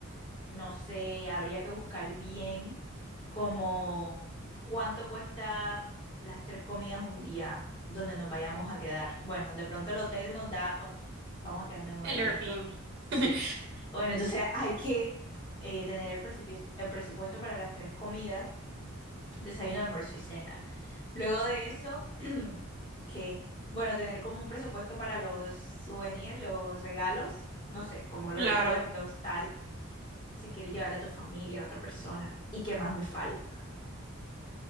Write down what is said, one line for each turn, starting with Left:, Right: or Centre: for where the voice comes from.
Left: no sé, habría que buscar bien como cuánto cuesta las tres comidas un día donde nos vayamos a quedar. Bueno, de pronto el hotel nos da, bueno, no, vamos a quedarnos en un
Right: el
Left: Airbnb.
Right: Airbnb.
Left: Sí.
Right: <laughs>
Left: Bueno, entonces <laughs> hay que eh, tener el presupuesto, el presupuesto para las tres comidas, desayuno, almuerzo y cena. Luego de eso, <clears throat> que, bueno, tener como un presupuesto para los souvenirs, los regalos, no sé, como los
Right: Claro.
Left: recuerdos, tal, si quieres llevarla a tu familia, a otra persona, y qué más me falta.